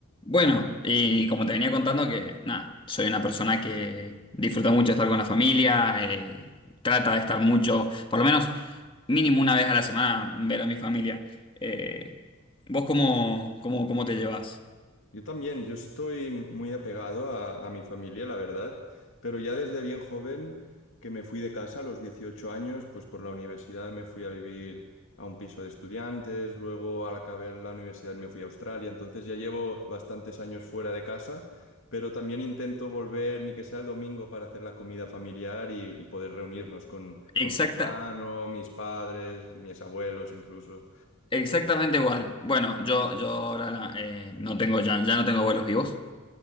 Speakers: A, on the left (about 25°); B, on the left (about 70°).
A: Bueno, y como te venía contando que, nada, soy una persona que disfruta mucho estar con la familia, eh, trata de estar mucho, por lo menos mínimo una vez a la semana, ver a mi familia. Eh, ¿vos cómo, cómo, cómo te llevas?
B: Yo también, yo estoy muy apegado a, a mi familia, la verdad, pero ya desde bien joven que me fui de casa a los 18 años, pues por la universidad me fui a vivir a un piso de estudiantes, luego al acabar la universidad me fui a Australia, entonces ya llevo bastantes años fuera de casa, pero también intento volver, ni que sea el domingo, para hacer la comida familiar y, y poder reunirnos con, con
A: Exacta,
B: mi hermano, mis padres, mis abuelos incluso,
A: exactamente igual. Bueno, yo, yo ahora la- eh, no tengo ya, ya no tengo abuelos vivos,